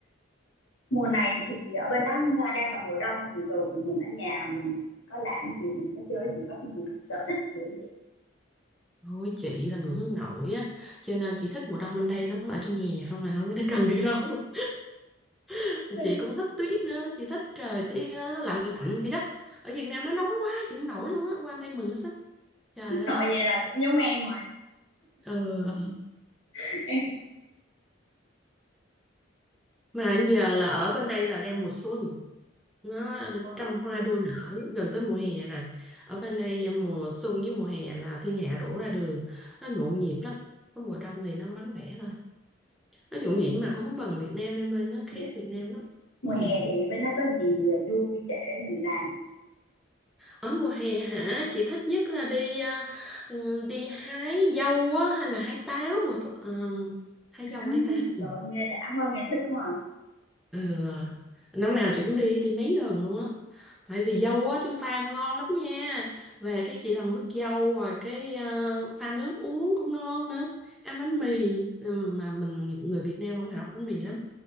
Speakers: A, on the left; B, in the centre.
A: Mùa này thì ở bên đó à, đang là mùa đông thì thường mình ở nhà mình có làm gì mình có chơi gì có mình có sở thích gì không chị
B: thôi chị là người hướng nội á cho nên chị thích mùa đông bên đây lắm ở trong nhà không là không có cần đi đâu <laughs>
A: Ừ.
B: chị cũng thích tuyết nữa chị thích trời tiết nó lạnh lạnh vậy đó ở Việt Nam nó nóng quá chị không nổi luôn á qua bên đây mừng hết sức trời ơi
A: nội vậy là cũng giống em rồi
B: ừ.
A: <laughs> em
B: mà giờ là ở bên đây là đang mùa xuân nó
A: wow.
B: trăm hoa đua nở gần tới mùa hè rồi ở bên đây mùa xuân với mùa hè là thiên hạ đổ ra đường nó nhộn nhịp lắm cái mùa đông thì nó vắng vẻ thôi nó nhộn nhịp mà cũng không bằng Việt Nam em ơi nó khác
A: dạ.
B: Việt Nam lắm
A: mùa hè
B: ừ.
A: thì bên đó có gì à, vui để mình làm
B: ở mùa hè hả chị thích nhất là đi à, ừ, đi hái dâu á hay là hái táo mùa thu- ờ, hái
A: hả
B: dâu hái táo ừ.
A: trời ơi, nghe đã quá nghe thích quá à.
B: Ừ. năm nào chị cũng đi đi mấy lần luôn á Tại vì dâu á trong pha ngon lắm nha. Về cái chị làm mứt dâu rồi cái ờ, pha nước uống cũng ngon nữa. Ăn bánh mì
A: Ừ.
B: ừm, mà mình người Việt Nam không học bánh mì lắm.